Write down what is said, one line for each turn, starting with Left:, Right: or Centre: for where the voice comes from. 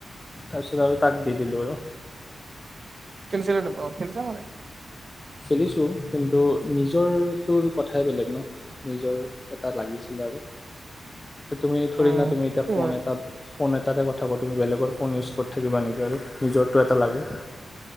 Left: তাৰপিছত আৰু তাক দি দিলোঁ আৰু
Right: খেলিচে নে নাই তো ক খেলি হয় নাই
Left: খেলিছোঁ, কিন্তু নিজৰটোৰ কথাই বেলেগ ন? নিজৰ এটা লাগিছিল আৰু এতিয়া তুমি থৰে
Right: উম
Left: না তুমি এতিয়া
Right: সেইটো
Left: ফোন
Right: হয়
Left: এটা ফোন এটাৰে কথা কওঁ তুমি বেলেগৰ ফোন ইউজ কৰি থাকিবা নেকি আৰু নিজৰটো এটা লাগে